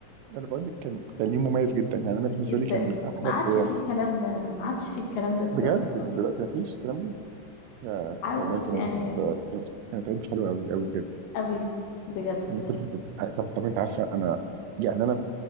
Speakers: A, on the right (about 85°); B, on the left (about 65°).
A: انا بقول لك كان كان يوم مميز جدا يعني انا بالنسبه
B: جدا
A: لي كان احلى
B: ما عادش
A: ايام
B: فيه الكلام ده ما عادش فيه الكلام ده دلوقتي
A: بجد
B: خالص
A: من دلوقتي مفيش الكلام ده يا
B: عارف
A: والله كانت
B: يعني
A: كانت عيد حلوه قوي قوي بجد
B: قوي بجد
A: انا كنت طب طب انت عارفه انا يعني انا